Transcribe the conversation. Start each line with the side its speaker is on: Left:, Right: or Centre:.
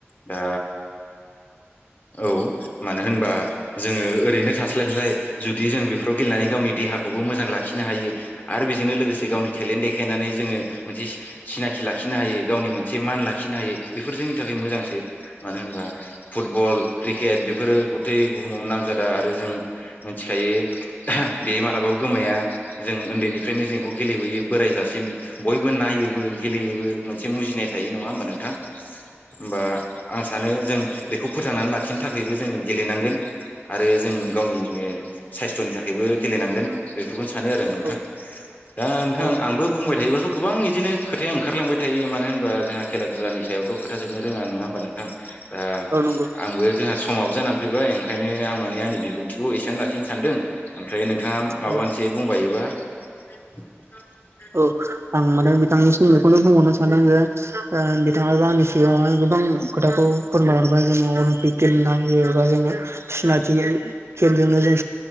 Left: दा औ मानो होनबा जोङो ओरैनो थास्लायलाय जुदि जों बेफोराव गेलेनानै गावनि देहाखौबो मोजां लाखिनो हायो आरो बेजोंनो लोगोसे गावनि टेलेन्ट देखायनानै जोङो मोनसे सिनाखि लाखिनो हायो गावनि मोनसे मान लाखिनो हायो बेफोर जोंनि थाखाय मोजांसो मानो होनबा फुटबल क्रिकेट बेफोरो गथै बुहुमाव नामजादा आरो जों मिथिखायो बे मालाबाबो गोमाया जों उन्दैनिफ्रायनो जों इखौ गेलेबोयो बोरायजासिम बयबो नायोबो गेलेयोबो मोनसे मुजिनाय थायो नङा होमबा नोंथां होमबा आं सानो जों बेखौ फोथांनानै लाखिनो थाखायबो जोङो गेलेनांगोन आरो जों गावनिनो साइस्थ'नि थाखायबो गेलेनांगोन बेफोरखौनो सानो आरो आं नोंथां
Right: औ
Left: दा आंबो
Right: औ
Left: बुंबाय थायोब्लाथ' गोबां बिदिनो खोथाया ओंखारलांबाय थायो मानो होनबा जोंहा खेला दुलानि सायाव थ' खोथा जोबनो रोङा नङा होमबा नोंथां दा
Right: औ नंगौ
Left: आंबो जोंहा समाबो जानानै फैबाय ओंखायनो आं माने आंनि बिबुंथिखौ एसेनो लाखिनो सानदों ओमफ्राय नोंथाङा माबा
Right: औ
Left: मोनसे बुंबायोबा <inaudible> <inaudible>
Right: औ आं माने बिथांनिसिम बेखौनो बुंहरनो सानो जे बिथाङाबो आंनि सिगाङावहाय गोबां खोथाखौ फोरमायहरबाय जोङो अलिम्पिक गेलेनो होयो बा जोङो सिनायथि खेलजोंनो जों